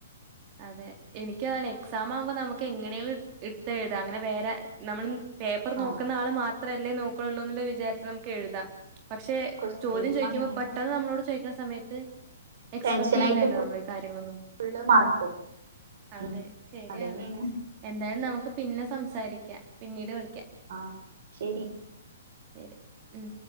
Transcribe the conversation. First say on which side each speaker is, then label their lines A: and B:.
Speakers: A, on the right (about 35°); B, on the right (about 60°).
A: അതെ എനിക്കതാണ് എക്സാമ് ആഉമ്പോ ന്നമുക്ക് എങ്ങനെലും ട് ഇട്ത്തെഴുതാ അങ്ങനെ വേറെ ന്നമ്ൺ പേപ്പർ ന്നോക്ക്ന്ന
B: ആഹ്
A: ആള് മാത്രല്ലേ നോക്ക്ണൊള്ളൂ എന്നുള്ള വിചാരത്തിൽ ന്നമുക്ക് എഴുതാം പക്ഷെ
B: ക്വസ്റ്റ്യൻ
A: ചോദ്യം
B: ചോദിക്കുമ്പോ
A: ചോയ്ക്കുമ്പൊ
B: അങ്ങനെയൊക്കെ
A: പെട്ടൊന്ന് ന്നമ്മളോട് ചോയ്ക്ക്ണ സമയത്ത് എക്സ്പെക്ട്
B: ടെൻഷനായിട്ട്
A: എയ്യില്ലല്ലോ ന്നമ്മള് കാര്യങ്ങളൊന്നും
B: ഫുള്ള് മറക്കും
A: അതേ
B: ഉം
A: ശെരി
B: അതന്നെയാണ്
A: ആണ് എന്തായാലും ന്നമുക്ക് പിന്ന സംസാരിക്ക പിന്നീട് വിളി
B: ആഹ ശെരി
A: ശെരി മ്